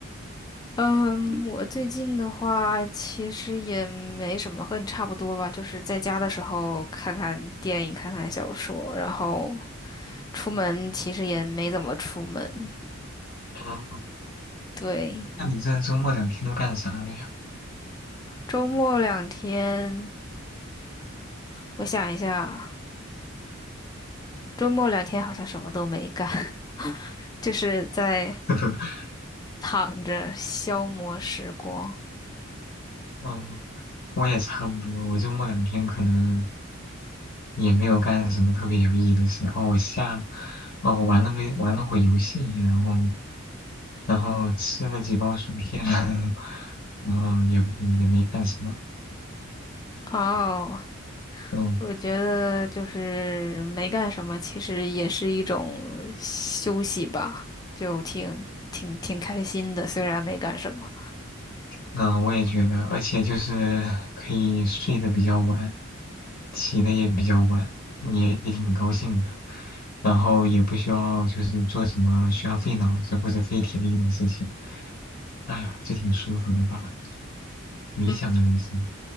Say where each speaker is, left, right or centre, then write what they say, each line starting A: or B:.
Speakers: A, on the left (about 20°); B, on the left (about 45°).
A: 嗯，我最近的话其实也没什么，和你差不多吧，就是在家的时候看看电影，看看小说，然后。出门其实也没怎么出门。
B: 哦，
A: 对，
B: 那你这周末两天都干啥了呀？
A: 周末两天，我想一下，周末两天好像什么都没干，<laughs> 就是在
B: <laughs>
A: 躺着消磨时光。
B: 嗯，我也差不多，我周末两天可能。也没有干什么特别有意义的事。哦，我下，哦，玩了个玩了会游戏，然后，然后吃了几包薯片，<laughs> 然后也也没干什么。
A: 哦，
B: 嗯，
A: 我觉得就是没干什么，其实也是一种休息吧，就挺挺挺开心的，虽然没干什么。
B: 那我也觉得，而且就是可以睡得比较晚，起的也比较晚，也也挺高兴的。然后也不需要就是做什么需要费脑子或者费体力的事情。哎呀，这挺舒服的吧？理想的人生。
A: 嗯。